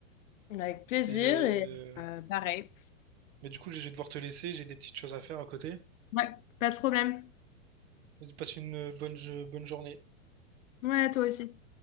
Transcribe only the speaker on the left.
Avec plaisir
et euh, pareil.
Ouais, pas de problème.
Ouais, toi aussi.